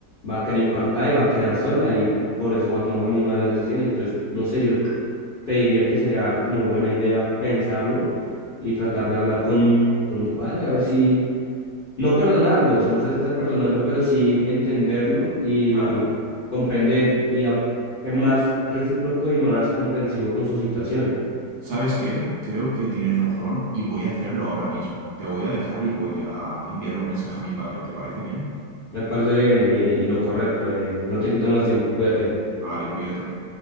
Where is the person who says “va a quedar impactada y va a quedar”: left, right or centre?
Left